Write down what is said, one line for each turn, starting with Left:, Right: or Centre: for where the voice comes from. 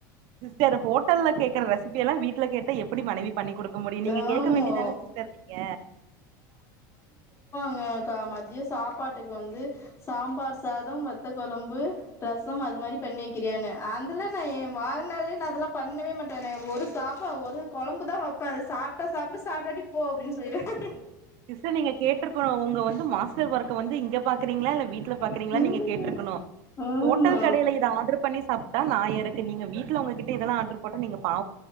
Right: சிஸ்டர் ஹோட்டல்ல கேக்குற ரெசிபி எல்லா வீட் வீட்ல கேட்டா எப்டி மனைவி பண்ணி குடுக்க முடியு நீங்க
Left: ஆமா
Right: கேக்க வேண்டிதான சிஸ்டர் நீங்க
Left: அ க மத்ய சாப்பாடுட்க்கு வந்து சாம்பார் சாதோ வத் வத்த கொழம்பு ரசம் அது மாரி பண்ணி க்கிரியானு அந்துல நா எ வாழ்நாளயே நா அதெல்லா பண்ணவே மாட்டனே ஒரு டாப்பா ஒரு கொழம்புதா வெப்ப சாப்டா சாப்புடு சாப்டாடி போ அப்டினு சொல்லிடுவ
Right: சிஸ்டர் நீங்க கேட்ருக்குணு உங்க வந் து மாஸ்டர் ஒரக்க வந்து இங்கப் பாக்குறீங்களா இல்ல வீட்ல பாக்குறீங்களா
Left: ம்
Right: நீங்க கேட்ருக்கணு
Left: ஆமா
Right: ஹோட்டல் கடைல இத ஆடரு பண்ணி சாப் அதா நா இருக்கு நீங்க வீட் ட்லா உங்க கிட்ட இதெல்லா ஆடரு போட்டா நீங்கப்